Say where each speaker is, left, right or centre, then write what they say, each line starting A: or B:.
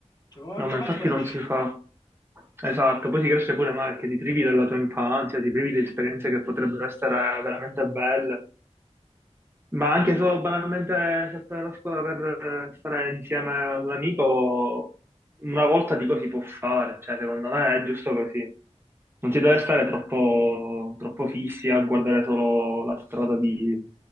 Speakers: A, on the left; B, on the right.
A: Cioè, come,
B: No,
A: come
B: ma infatti
A: cresci?
B: non si fa. Esatto, poi si cresce pure male perché ti privi della tua infanzia, ti privi di esperienze che potrebbero essere veramente belle, ma anche
A: Sì,
B: solo banalmente saltare la scuola per eh, stare insieme a un amico, una volta dico si può fare, cioè secondo me è giusto così. Non si deve stare troppo, troppo fissi a guardare solo la strada di,
A: sì.